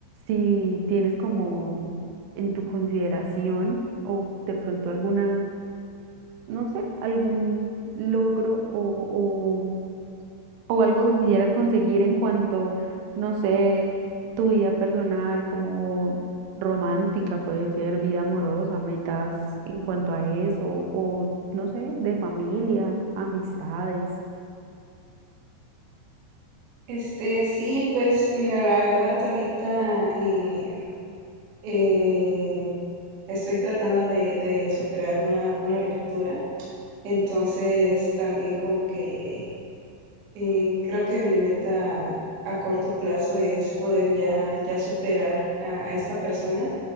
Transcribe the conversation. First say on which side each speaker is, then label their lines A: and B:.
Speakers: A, on the right; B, on the right.
A: si tienes como en tu consideración o de pronto alguna, no sé, algún logro o, o algo que quisieras conseguir en cuanto, no sé, tu vida personal, como romántica puede ser, vida amorosa, metas en cuanto a eso, o no sé, de familia, amistades.
B: Este, sí, pues mira, la verdad ahorita eh, eh, estoy tratando de, de superar una, una ruptura, entonces también como que eh, creo que mi meta a corto plazo es poder ya, ya superar a, a esta persona